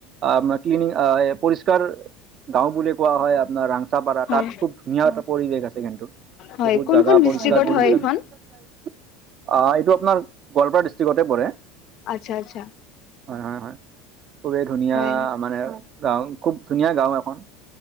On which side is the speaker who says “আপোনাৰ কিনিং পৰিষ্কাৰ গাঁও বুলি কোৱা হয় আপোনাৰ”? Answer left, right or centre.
Right